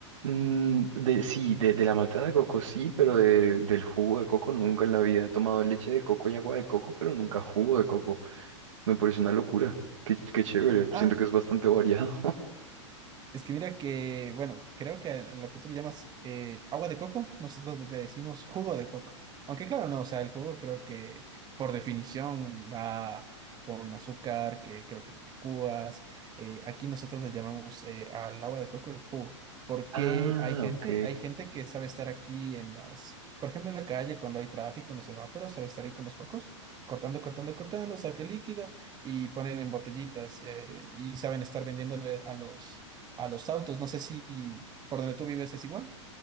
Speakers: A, on the right; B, on the right.
A: Mm, de, sí, de, de la malta de coco sí, pero de, del jugo de coco nunca en la vida. He tomado leche de coco y agua de coco, pero nunca jugo de coco. Me parece una locura. Qué, qué chévere.
B: Ah,
A: Siento que es bastante variado. <laughs>
B: Es que mira que, bueno, creo que a lo que tú le llamas eh, agua de coco, nosotros le decimos jugo de coco. Aunque claro, no, o sea, el jugo creo que por definición va con azúcar, que creo que le licúas. Eh, aquí nosotros le llamamos eh, al agua de coco el jugo, porque
A: Ah,
B: hay gente,
A: ok.
B: hay gente que sabe estar aquí en las, por ejemplo, en la calle cuando hay tráfico, en los semáforos, sabe estar ahí con los pocos, cortando, cortando, cortando, saca el líquido y ponen en botellitas eh, y saben estar vendiéndole a los a los autos. No sé si por donde tú vives es igual.